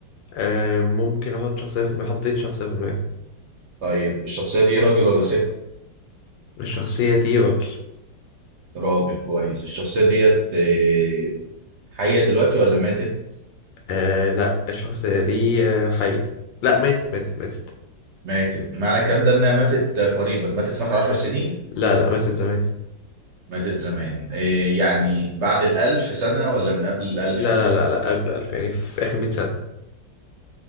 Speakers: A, on the left (about 80°); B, on the right (about 65°).
A: آه ممكن أحط شخصية في دماغي حطيت شخصية في دماغي
B: طيب الشخصية دي راجل ولا ست؟
A: الشخصية دي راجل
B: راجل كويس الشخصية ديت آه، حية دلوقتي ولا ماتت؟
A: آه لا الشخصية دي آه، حية لا ماتت ماتت ماتت
B: ماتت معنى الكلام ده إنها ماتت قريبا ماتت في آخر عشر سنين؟
A: لا لا ماتت زمان
B: ماتت زمان آه، يعني بعد الألف سنة ولا من قبل الألف؟
A: لا لا لا لا قبل 2000 يعني في آخر 100 سنة